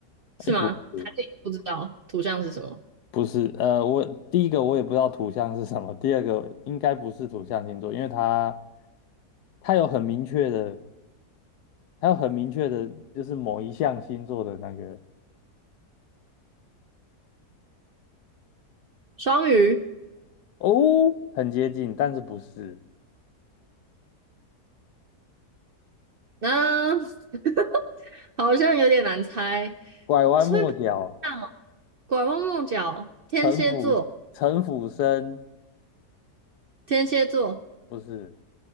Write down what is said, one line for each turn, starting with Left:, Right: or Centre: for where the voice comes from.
Right: 是吗？
Left: 哎，不是，
Right: 还是你不知道土象是什么？
Left: 不是，呃，我第一个我也不知道土象是什么，第二个应该不是土象星座，因为它它有很明确的，它有很明确的，就是某一项星座的那个
Right: 双鱼，
Left: 哦，很接近，但是不是，
Right: 那、<laughs> 好像有点难猜，
Left: 拐弯抹角，
Right: 所以不一样哦。拐弯抹角，天蝎座，
Left: 城府城府深。
Right: 天蝎座，
Left: 不是，